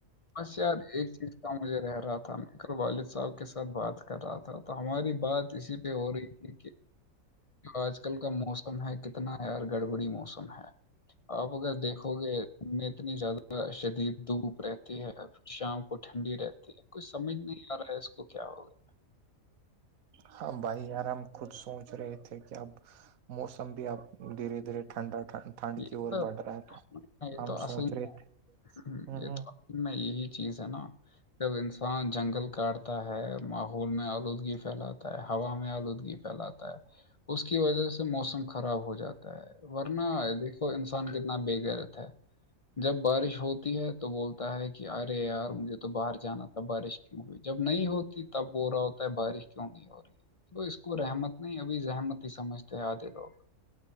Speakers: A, on the left; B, on the right.
A: بس یار ایک چیز مجھے رہ رہا تھا میں کل والد صاحب کے ساتھ بات کر رہا تھا تو ہماری بات اسی پہ ہو رہی تھی دیکھیے آج کل کا موسم ہے کتنا یار گڑبڑی موسم ہے آپ اگر دیکھو گے میں اتنی زیادہ شدید دھوپ رہتی ہے شام کو ٹھنڈی رہتی ہے کچھ سمجھ نہیں آ رہا ہے اس کو کیا ہوگا
B: ہاں بھائی یار ہم خود سوچ رہے تھے کہ اب موسم بھی اب دھیرے دھیرے ٹھنڈا ٹھنڈ ٹھنڈ
A: یہ
B: کی اور
A: تو
B: بڑھ رہا ہے تو
A: یہ
B: ہم
A: تو اصل
B: سوچ رہے تھے
A: میں
B: ہوں
A: یہ تو میں یہی چیز ہے نا جب انسان جنگل کاٹتا ہے ماحول میں آلودگی پھیلاتا ہے ہوا میں آلودگی پھیلاتا ہے اس کی وجہ سے موسم خراب ہو جاتا ہے ورنہ دیکھو انسان کتنا بے غیرت ہے جب بارش ہوتی ہے تو بولتا ہے کہ ارے یار مجھے تو باہر جانا تھا بارش جب نہیں ہوتی تب بول رہا ہوتا ہے بارش کیوں نہیں ہو رہی ہے اس کو رحمت نہیں ابھی زحمت ہی سمجھتے ہیں آدھے لوگ